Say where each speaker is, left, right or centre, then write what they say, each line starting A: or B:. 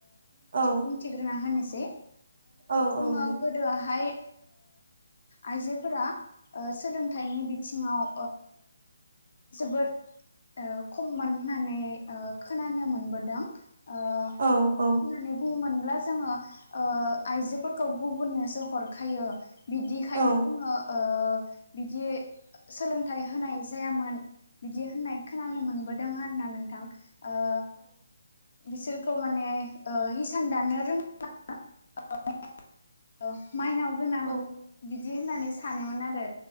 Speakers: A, on the right; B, on the left.
A: औ
B: बुंथिग्रोना होनोसै
A: औ
B: जोंङो
A: औ दे
B: गोदोआहाय आइजोफोरा सोलोंथाइनि बिथिङाव जोबोद खममोन होननानै खोनानो मोनबोदों माब
A: औ औ
B: होननानै बुहोमोन अब्ला जोंङो आइजोफोरखौ गुबुननोसो हरखायो बिदिखायनो
A: औ
B: जोङो ओ बिदि सोलोंथाइ होनाय जायामोन। बिदि होननाय खोनानो मोनबोदों आरोना नोंथां। ओ बिसोरखौ माने ओ हिसान दानो रोङ <unintelligible> औ माइनाव गोनां
A: औ
B: बिदि होननानै सानोमोन आरो।